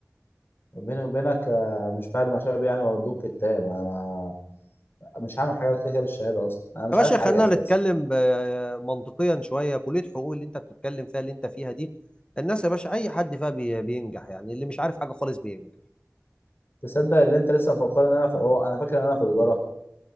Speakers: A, on the left (about 40°); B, on the left (about 20°).
A: بيني وبينك آه، مش بعد ما شاب يعني وادوك كتاب انا مش هعمل حاجه كده كده بالشهاده اصلا انا مش
B: يا باشا
A: عارف حاجه
B: خلينا
A: اساسا
B: نتكلم ب- منطقيا شويه كليه حقوق اللي انت بتتكلم فيها اللي انت فيها دي الناس يا باشا اي حد فيها بي- بينجح يعني اللي مش عارف حاجه خالص بينجح
A: تصدق اللي انت لسه مفكرني ان انا في عوق انا فاكر ان انا في تجاره